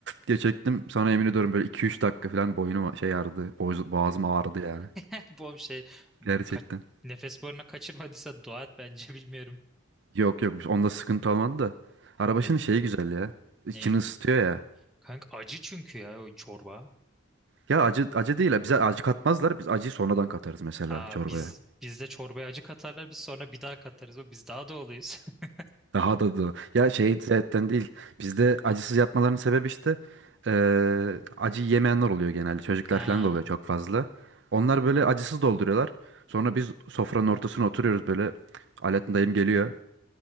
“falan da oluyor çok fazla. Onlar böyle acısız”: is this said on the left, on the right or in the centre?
Right